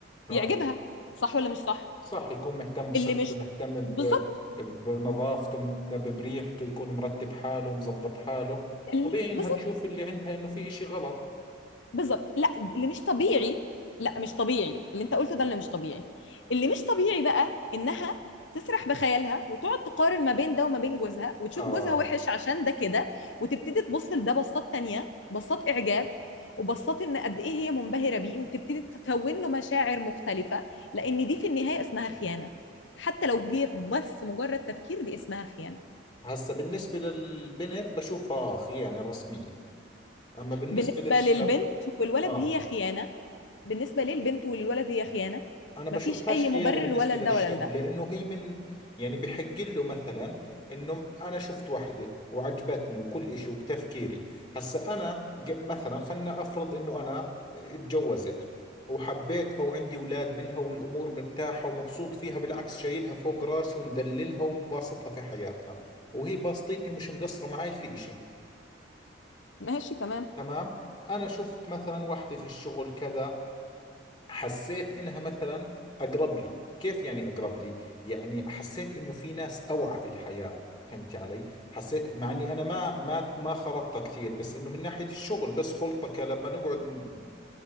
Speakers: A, on the left; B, on the left.
A: اه
B: يعجبها صح ولا مش صح
A: صح يكون مهتم بصحته
B: اللي مش
A: مهتم ب...
B: بالظبط
A: بنظافته مهتم بريحته يكون مرتب حاله ومظبط حاله
B: ال-
A: طبيعي
B: بالظبط
A: انها تشوف اللي عندها انه في اشي غلط
B: بالظبط لا اللي مش طبيعي لا مش طبيعي اللي انت قلته ده اللي مش طبيعي اللي مش طبيعي بقى انها تسرح بخيالها وتقعد تقارن ما بين ده وما بين جوزها وتشوف
A: اه
B: جوزها وحش عشان ده كده وتبتدي تبص لده بصات تانية بصات اعجاب وبصات ان قد ايه هي منبهرة بيه وتبتدي تكون له مشاعر مختلفة لان دي في النهاية اسمها خيانة حتى لو هي بس مجرد تفكير دي اسمها خيانة
A: هسا بالنسبة للبنت بشوفها اخ يعني رسمية اما بالنسبة
B: بالنسبة
A: للشاب
B: للبنت والولد
A: اه
B: هي خيانة بالنسبة للبنت وللولد هي خيانة
A: انا بشوفهاش
B: مفيش أي
A: خيانه
B: مبرر
A: بالنسبه
B: ولا
A: للشاب
B: لده ولا لده
A: لانه هي من يعني بحق له مثلا انه انا شفت وحده وعجبتني وكل إشي وبتفكيري هسا انا ج- مثلا خلنا افرض انه انا اتجوزت وحبيتها وعندي اولاد منها والامور مرتاحه ومبسوط فيها بالعكس شايلها فوق راسي ومدللها وباسطها في حياتها وهي باسطتني مش مقصره معي في إشي
B: ماشي تمام
A: تمام انا شفت مثلا وحده في الشغل كذا حسيت إنها مثلا أقرب لي كيف يعني أقرب لي يعني حسيت إنه في ناس أوعى في الحياة فهمتي علي حسيت مع إني أنا ما ما ما خلطت كثير بس إنه من ناحية الشغل بس خلطة ك- لما نقعد ن-